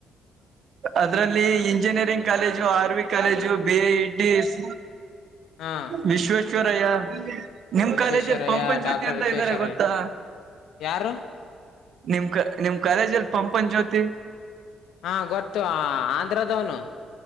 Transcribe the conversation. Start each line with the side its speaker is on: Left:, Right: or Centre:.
Right: ಅದ್ರಲ್ಲಿ ಇಂಜಿನಿಯರಿಂಗ್ ಕಾಲೇಜು ಅರ್ವಿ ಕಾಲೇಜು ಬಿ ಎ ಇಂಡಿಸ್
Left: ಹಾ
Right: ವಿಶ್ವೇಶ್ವರಯ್ಯ ನಿಮ್
Left: ವಿಶ್ವೇಶ್ವರಯ್ಯ
Right: ಕಾಲೇಜಲ್ಲಿ ಪಂಪನ್ ಜ್ಯೋತಿ
Left: ಡಾಕ್ಟರ್
Right: ಅಂತ
Left: ವಿಶ್ವೇಶ್ವರಯ್ಯ
Right: ಇದ್ದಾರೆ ಗೊತ್ತಾ
Left: ಯಾರು
Right: ನಿಮ್ ಕ ನಿಮ್ ಕಾಲೇಜ ಲ್ಲಿ ಪಂಪನ್ ಜ್ಯೋತಿ
Left: ಹಾ ಗೊತ್ತು ಆಂಧ್ರದವನು